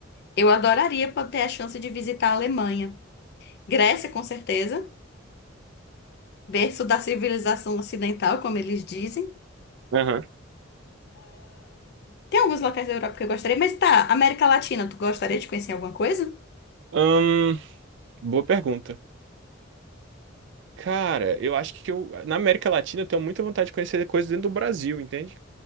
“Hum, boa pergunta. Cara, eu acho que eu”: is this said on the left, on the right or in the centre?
Right